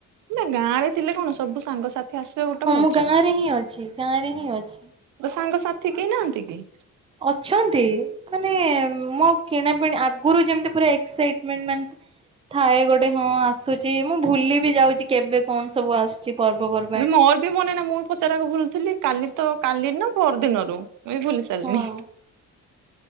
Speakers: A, on the right; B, on the right.
A: ନା ଗାଁ ରେ ଥିଲେ କଣ ସବୁ ସାଙ୍ଗସାଥି ଆସିବେ ଗୋଟେ
B: ହଁ
A: ମଜା
B: ମୁଁ ଗାଁ ରେ ହିଁ ଅଛି। ଗାଁ ରେ ହିଁ ଅଛି।
A: ତୋ ସାଙ୍ଗସାଥି କେହି ନାହାନ୍ତି କି?
B: ଅଛନ୍ତି। ମାନେ ମୋ କିଣାପିଣା ଆଗୁରୁ ଯେମିତି ପୁରା ଏକ୍ସାଇଟମେଣ୍ଟ ମାନେ ଥାଏ ଗୋଟେ ହଁ ଆସୁଚି। ମୁଁ ଭୁଲି ବି ଯାଉଚି କେବେ କଣ ସବୁ ଆସ କିଛି ପର୍ବ ପ
A: ମୋର ବି ମନେ ନା ମୁଁ ପଚାରିବାକୁ ଭୁଲଥିଲି। କାଲି ତ କାଲି ନା ପର ଦିନରୁ ଏଇ ଭୁଲିିଚି ଚାଲିଣି।
B: ହଁ